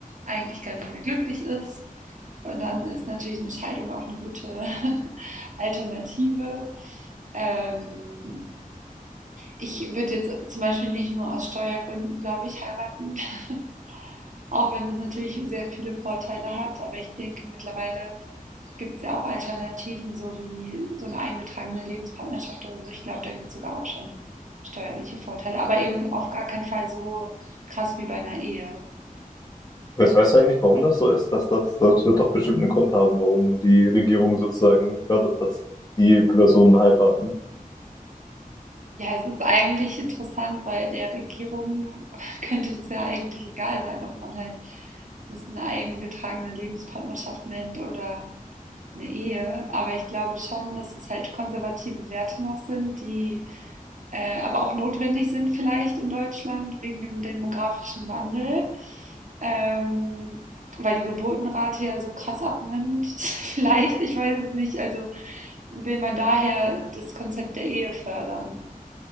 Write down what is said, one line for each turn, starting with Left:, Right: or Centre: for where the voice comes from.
Right: eigentlich gar nicht mehr glücklich ist. Und dann ist natürlich eine Scheidung auch eine gute <laughs> Alternative. Ähm, Ich würde jetzt zum Beispiel nicht nur aus Steuergründen, glaube ich, heiraten, <laughs> auch wenn es natürlich sehr viele Vorteile hat. Aber ich denke, mittlerweile gibt es ja auch Alternativen, so wie so eine eingetragene Lebenspartnerschaft oder so. Ich glaube, da gibt es sogar auch schon steuerliche Vorteile, aber eben auf gar keinen Fall so krass wie bei einer Ehe.
Left: Weißt,
Right: Und
Left: weißt du eigentlich, warum das so ist? Dass das, das wird doch bestimmt einen Grund haben, warum die Regierung sozusagen fördert, dass die Personen heiraten.
Right: Ja, es ist eigentlich interessant, weil der Regierung <laughs> könnte es ja eigentlich egal sein, ob man halt das eine eingetragene Lebenspartnerschaft nennt oder eine Ehe. Aber ich glaube schon, dass es halt konservative Werte noch sind, die äh, aber auch notwendig sind vielleicht in Deutschland wegen dem demografischen Wandel, ähm, weil die Geburtenrate ja so krass abnimmt. <laughs> vielleicht, ich weiß es nicht. Also will man daher das Konzept der Ehe fördern?